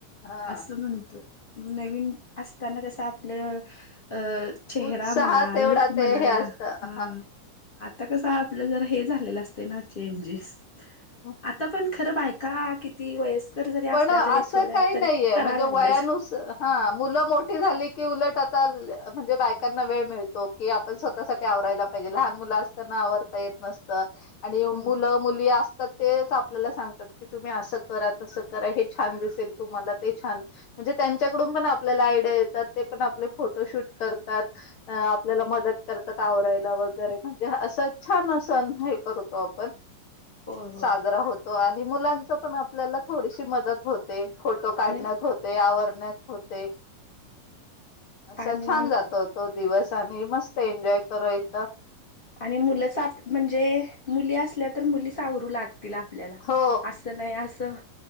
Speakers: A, on the left; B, on the left.
A: हा
B: असं म्हणत नवीन असताना कसं आपलं अं. चेहरा
A: उत्साहात
B: मणा
A: एवढा
B: लुक म्हणा
A: ते हे असतं
B: हा. आता कस आपलं जर हे झालेलं असते ना चेंजेस
A: ह
B: आता पण. खरं बायका किती वयस्कर जरी
A: पण
B: असल्या
A: असं
B: तरी थोड्या
A: काही
B: तरी
A: नाहीये
B: करा
A: म्हणजे
B: लागल्या.
A: वयानुसार हा मुलं मोठी झाली की उलट आता म्हणजे बायकांना वेळ मिळतो की आपण स्वतःसाठी आवरायला. हिजे लहान मुलं असताना आवडता येत नसत. आणि
B: होय
A: मुलं मुली असतात तेच आपल्याला सांगतात की तुम्ही असं करा तस. करा हे छान दिसेल तुम्हाला ते छान म्हणजे त्यांच्याकडून पण आपल्याला आयडिया येतात ते पण आपले फोटोशूट करतात. आपल्याला मदत करतात आवरायला वगैरे म्हणजे असं छान सण हे करतो आपण
B: होय होय.
A: साजरा होतो आणि मुलांचा पण आपल्याला थोडीशी मदत होते फोटो काढण्यात
B: आणि
A: होते ते आवरण्यात होते असं
B: आणि
A: छान जात तो दिवस आणि मस्त एन्जॉय कवायचा
B: आणि मुलं सा म्हणजे मुली असल्या तर मुली सावरू लागतील आपल्याला
A: हो
B: असं नाही असं